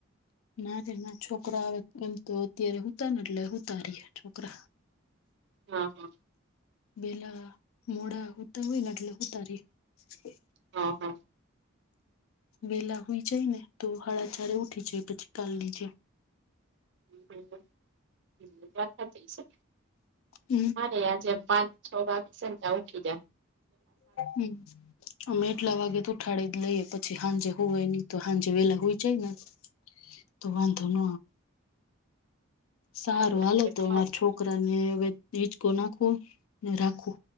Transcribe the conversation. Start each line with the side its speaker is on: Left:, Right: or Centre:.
Left: ના રે ના છોકરો આવે એમ તો અત્યારે હુંતા ને એટલે હુતા રીએ છોકરા.
Right: હા, હ.
Left: બેલા મોડા હૂતા હોય ને એટલે હુતા રીએ.
Right: હ, હ.
Left: બેલા હુંઈ જાય ને તો, હાડા ચારે ઉઠી જાય પછી કાલ ની જેમ.
Right: <unintelligible> વાત સાચી સે.
Left: હમ્મ.
Right: મારે આજે પાંચ છ વાગ્સે તાં ઉઠી જામ.
Left: હમ્મ. અમે એટલા વાગે તો ઉઠાડી જ લઈએ, પછી હાંજે હુવે ની તો હાંજે વેલા હુઈ જાય ને. તો વાંધો ન. સારું,
Right: સારી વાત
Left: હાલો
Right: છે.
Left: તો.
Right: અમારે
Left: અમાર છોકરા ને વે હિચકો નાખૂ ને રાખૂ.